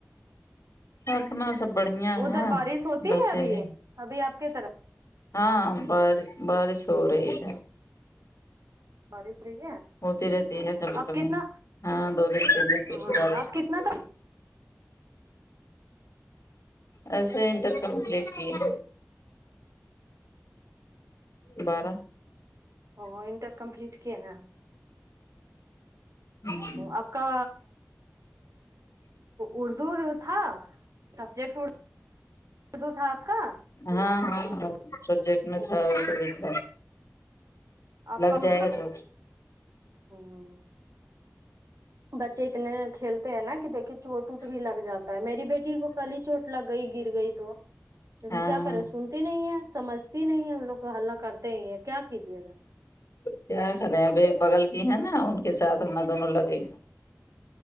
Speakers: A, on the left (about 75°); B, on the right (about 80°).
A: اپنا سب بڑھیا
B: ادھر
A: ہے
B: بارش ہوتی
A: بس
B: ہے ابھی
A: یہی
B: ابھی آپ کے طرف
A: ہاں بار باریس ہورہی ہے
B: بارش ہوئی ہے
A: ہوتی رہتی
B: ہ
A: ہے کبھی
B: آپ
A: کبھی
B: کتنا
A: ہاں دو دن تین دن پیچھے
B: ہ
A: بریس
B: آپ
A: ہوتی
B: کتنا
A: ہے
B: تک
A: ایسے ہی انٹر کمپلیٹ کی ہے بارہ
B: ا انٹر کمپلیٹ کیا ہے
A: ہوں
B: آپ کا اردو جو تھا سبجیکٹ اور اردو تھا آپ کا
A: ہاں ہاں ہاں سبجیکٹ میں تھا ایک ٹائم ہے
B: آپ
A: لگ
B: کا
A: جائے
B: اردو
A: گا چوٹ
B: ہ بچے اتنے کھیلتے ہیں نا کہ دیکے چوٹ ووٹ بھی لگ جاتا ہے میری بیٹی کو کل ہی چوٹ لگ گئی گر گئی تو لیکن
A: ہاں
B: کیا کریں سنتی نہیں ہے سمجھت تی نہیں ہے لوگ کو حلہ کرتے ہی ہیں کیا کیجیے گا
A: کیا کر رہے اب ب بغل کی ہے نا ان کے ساتھ ہونا دونوں لگ گی